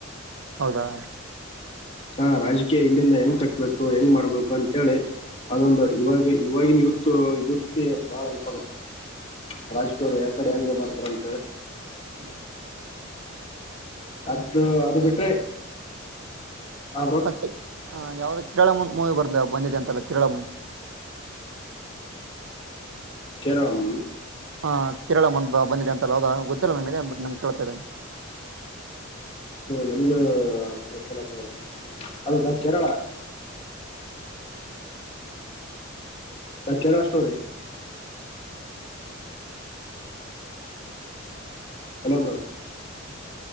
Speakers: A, on the right; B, on the left.
A: ಹೌದಾ
B: ಹಾ ರಾಜಕೀಯ ಇಲ್ಲಿಂದ ಹೆಂಗ್ ಕಟ್ಬೇಕು ಹೆಂಗ್ ಮಾಡ್ಬೇಕು ಅಂತೇಳಿ ಅದೊಂದು ಇವಾಗ ಇವಾಗಿನ ಯೂತ್ ಯೂತ್ಗೆ ಬಹಳ ಹೆಲ್ಪ್ ಆಗುತ್ತೆ ರಾಜ್ದೋರು ಯಕಡೆ ಹೆಂಗ ಮಾಡ್ತಾರ ಅಂತೆೇಳ
A: ಹ್ಮ್
B: ಅದು ಅದು ಬಿಟ್ರೆ ಆ ಬ್ರೋ
A: ಮತ್ತೆ ಯಾವ್ದ ಕೇರಳ ಮೂವಿ ಬಂದ ಬಂದಿದೆ ಅಂತಲ್ಲ ಕೇರಳ
B: ಕೇರಳಂ
A: ಹಾ ಕೇರಳಂದ ಬಂದಿದೆ ಅಂತ ಹೋದಾ ಗೊತ್ತಿಲ್ಲ ನನ್ಗೆ ಬಟ್ಮ್ ಕೇಳ್ತಾ ಇದ್ದೇನೆ
B: ನನಗೂ ಗೊತ್ತಲದು ಬ್ರೋ ಅದುದ Kerala Kerala story hello bro